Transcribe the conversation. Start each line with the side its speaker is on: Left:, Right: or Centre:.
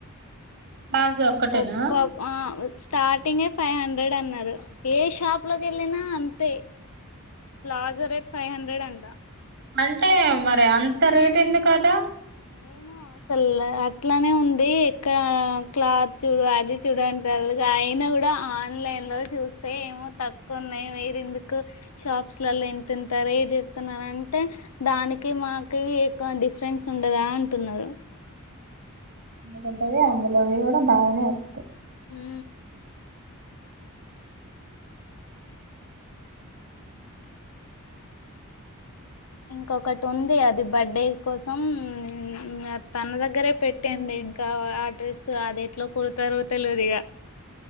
Right: ప్లాజో ఒక్కటేనా
Left: ఒక్క ఆ స్టార్టింగే ఫైవ్ హండ్రెడ్ అన్నారు. ఏ షాప్ లోకి వెళ్ళినా అంతే ప్లాజో రేట్ ఫైవ్ హండ్రెడ్ అంట
Right: అంటే మరి అంత రేట్ ఎందుకాట
Left: ఏమో అసలు అట్లానే ఉంది. ఇక్క క్లాత్ చూడు అది చూడ అంటాళ్లు అయినా కూడా ఆన్లైన్ లో చూస్తే ఏమో తక్కువ ఉన్నాయి. మీరెందుకు షాప్స్లలో ఇంతింత రేట్ చెప్తున్నారాంటే దానికి మాకు ఎక్కువ డిఫరెన్స్ ఉండదా అంటున్నారు
Right: ఎందుకుంటది అందులోవి కూడా బానే వత్తాయ్
Left: హు ఇంకొకటుంది. అది బర్త్డే కోసం హు ఆ తన దగ్గరే పెట్టానికా ఆ డ్రెస్ అది ఎట్లో కుడతారో తెల్వదిగా.